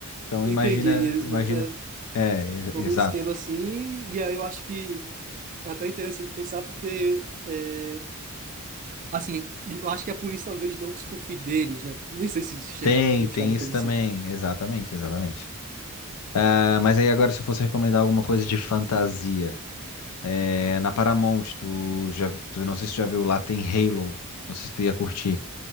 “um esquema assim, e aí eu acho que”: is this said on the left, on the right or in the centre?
Right